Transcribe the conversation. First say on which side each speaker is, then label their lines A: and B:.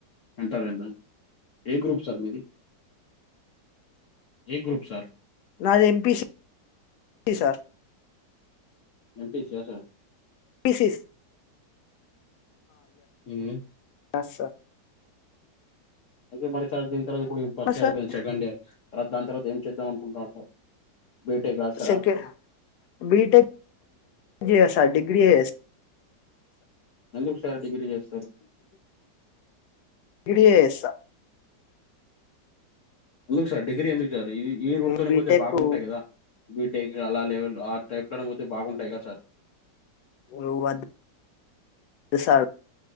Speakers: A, on the left (about 50°); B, on the left (about 70°).
A: ఎంటరేనా ఏ గ్రూప్ సార్ మీది ఏ గ్రూప్ సార్
B: నాది ఎంపిసి సార్
A: ఎంపీసి ఆ సార్
B: పీసిస్
A: ఉమ్
B: కాద్సా
A: అంటే మరి చా దీన్ తర్వత ఇప్పుడు ఫస్ట్ ఇయర్
B: సార్
A: అయిపో సెండ్ ఇయర్ తర్వా దాని తర్వాత ఏం చేద్దాం అకుంటున్నారు బీటేక్ రాస్తరా
B: సెకండ్ బీటెక్ డిగ్రీ చేస్తా డిగ్రీ ఎ
A: ఎందుకు సార్ డిగ్రీ చేస్తారు
B: ఇడియేస్త
A: ఎందుకు సార్ డిగ్రీ ఎందుకు సార్ ఈ ఈ రూడ్తోని
B: నేను బీటెక్
A: పోతే బాగుంటాయి కదా టేక్ అలా లెవల్ ఆ టైప్లనే పోతే బాగుంటాయి కదా సార్
B: నువద్ సార్